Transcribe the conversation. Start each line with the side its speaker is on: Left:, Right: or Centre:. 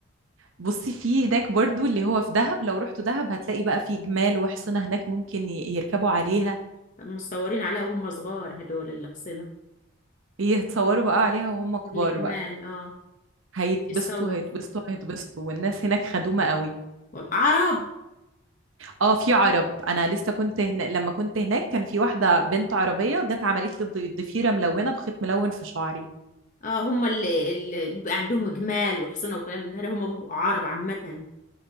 Right: بصي في هناك برضو اللي هو في دهب لو رحتوا دهب هتلاقي بقى في جمال وحصنة هناك ممكن ي- يركبوا عليها
Left: مصورين عليها وهم صغار هدول اللي حصنا
Right: يتصوروا بقى عليها وهم كبار
Left: والجمال
Right: بقى
Left: اه
Right: هيتبسطوا
Left: يتصوروا
Right: هيتبسطوا هيتبسطوا والناس هناك خدومة قوي
Left: والعرب
Right: اه في عرب انا لسه كنت هنا لما كنت هناك كان في واحده بنت عربيه جت عملت لي الض- ضفيره ملونه بخيط ملون في شعري
Left: اه هم اللي, اللي بيبقى عندهم جمال وحصنة وكلام من ده هم بيبقوا عرب عامة